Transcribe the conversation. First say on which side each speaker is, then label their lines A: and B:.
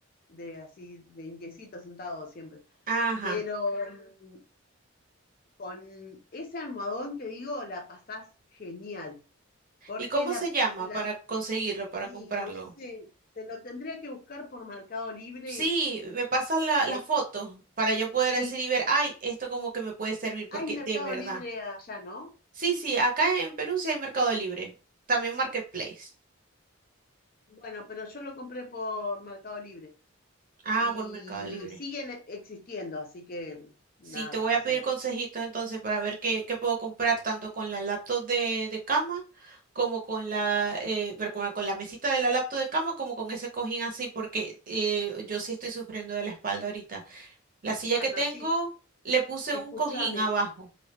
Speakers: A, on the left; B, on the right.
A: de así, de indiecito sentado siempre,
B: Ajá.
A: pero mm, con ese almohadón, te digo, la pasás genial, porque
B: ¿Y cómo
A: la,
B: se llama
A: la
B: para conseguirlo, para
A: Y
B: comprarlo?
A: no sé, te lo tendría que buscar por Mercado Libre,
B: Sí, me pasas la,
A: que
B: las fotos para yo poder
A: sí,
B: decir y ver, ay, esto como que me puede servir, porque
A: hay Mercado
B: de verdad.
A: Libre allá, ¿no?
B: Sí, sí, acá en Perú sí hay Mercado Libre, también Marketplace.
A: Bueno, pero yo lo compré por Mercado Libre
B: Ah,
A: y
B: por Mercado Libre.
A: siguen e- existiendo, así que nada,
B: Sí, te voy a
A: o
B: pedir
A: sea,
B: consejitos entonces para ver qué, qué puedo comprar tanto con la laptop de, de cama como con la, eh, pero como con la mesita de la laptop de cama como con ese cojín así porque eh, yo sí estoy sufriendo de la espalda ahorita. La silla
A: bueno,
B: que tengo
A: sí,
B: le puse
A: escúchame,
B: un cojín abajo.